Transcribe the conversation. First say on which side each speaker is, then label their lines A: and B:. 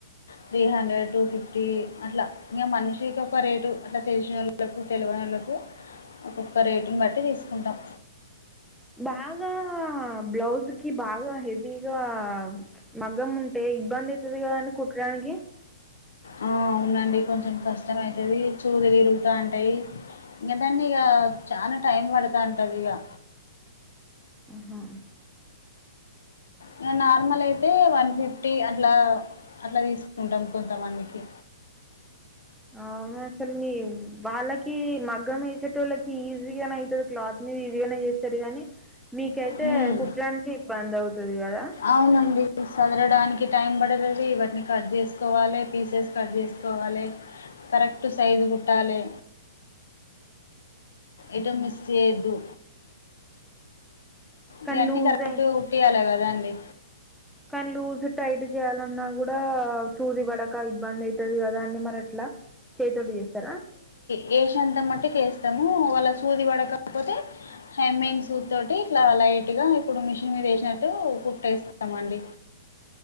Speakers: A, on the left; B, in the centre.
A: త్రీ హండ్రెడ్ టూ ఫిఫ్టీ అట్లా ఇగా మనిషికి ఒక రేటు అట్లా తెలిసినోలకు తేలవనొలకు ఒక్కొక్క రేటును బట్టి తీసుకుంటాం
B: బాగా బ్లౌజ్ కి బాగా హెవీగా మాఘం ఉంటే ఇబ్బంది అయితది కదండి కుట్టడానికి
A: ఆ అవునండి కొంచెం కష్టమ అయితది చూదులు ఇరుగుతూ ఉంటాయి ఇక దాన్నిగా చాలా టైం పడతా ఉంటది ఇగా
B: హమ్మ్
A: ఇగ నార్మల్ అయితే వన్ ఫిఫ్టీ అట్లా అట్లా తీసుకుంటాం కొంతమందికి
B: అవును అసలు మీ వాళ్ళకి మగ మగ్గం వేసేటోలకి వాళ్ళకి ఈజీ గానే అయితది క్లాత్ మీద ఈజీ గానే చేస్తారు కాని మీకైతే
A: హ్మ్.
B: కుట్టడానికి ఇబ్బంది అవుతాది కదా
A: అవునండి. సదరడానికి టైం పడుతుంది ఇవన్నీ కట్ చేసుకోవాలి పీసెస్ కట్ చేసుకోవాలి కరెక్ట్ సైజు కుట్టాలే ఎటు
B: ఉమ్.
A: మిస్ చేయొద్దు
B: కానీ
A: ఇయాని
B: లూజ్
A: కరెక్ట్
B: అయి
A: కుట్టియాలే కదా అండి
B: కానీ లూజ్ టైట్ చేయాలన్నా కూడా సూది పడక ఇబ్బంది అయితది కదా అండి మరి ఎట్లా చేయితోటి చేస్తారా
A: వేసినఅంతమటుకి వేస్తాము వాళ్ళ సూది పడకకపోతే హెమయింగ్ సూద్తోోటి ఇట్లా లైట్గా ఇప్పుడు మిషన్ మీద వేసినట్టు కుట్టేస్తామండి